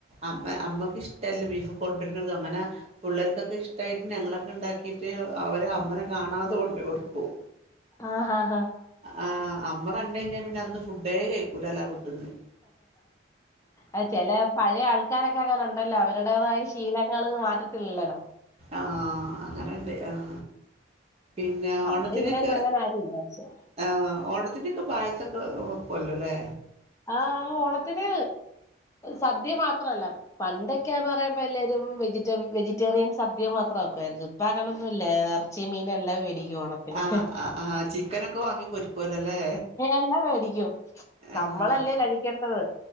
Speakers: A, on the right; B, on the left.
A: അമ്മ അമ്മക്ക് ഇഷ്ടല്ല ബീഫ് കൊണ്ടുവരുന്നതും അങ്ങനെ പിള്ളേർക്കൊക്കെ ഇഷ്ടായിട്ട് ഞങ്ങളൊക്കെ ഉണ്ടാക്കിട്ട് അവര് അമ്മനെ കാണാതെ കൊണ്ട് കൊടുക്കും
B: ആഹ ആഹ് ആഹ
A: ആഹ് അമ്മ ക കഴിഞ്ഞാൽ പിന്നെ അന്ന് ഫുഡേ കഴിക്കൂല അല്ലോ വീട്ട നിന്ന്
B: ആ ചില പഴയ ആൾക്കാരൊക്കെ അങ്ങന ഉണ്ടല്ലോ അവരുടേതായ ശീല ത് മാറ്റത്തില്ലല്ലല്ലോ
A: ആഹ അങ്ങനെണ്ട് ആഹ പിന്നെ
B: നമ്മടെ
A: ഓണത്തിനൊക്കെ
B: ഇവിടെങ്ങും അങ്ങനെ ആരുല്ല പക്ഷെ
A: ആഹ് ഓണത്തിന്റെ പായസൊക്കെ വേകൊല്ലല്ലേ
B: ആഹ് ഓണത്തിന് സദ്യ മാത്രല്ല പണ്ടൊക്കെയാന്ന് പറയുമ്പോ എല്ലരും വെജിറ്റ വെജിറ്റേറിയൻ സദ്യ മാത്ര ക്കരുന്നു ഇപ്പ അങ്ങണൊന്നും ഇേ ഇറച്ചിയ മീനെല്ലാം വേടിിക്കും ഓണത്തിന്
A: ആഹ് ആഹ് ആഹ് ചിക്കനൊക്കെ വാങ്ങി പൊരിക്കുവല്ലോല്ലേ
B: എല്ലാം മേടിക്കും നമ്മളല്ലേ
A: ആഹ്
B: കഴിക്കേണ്ടത്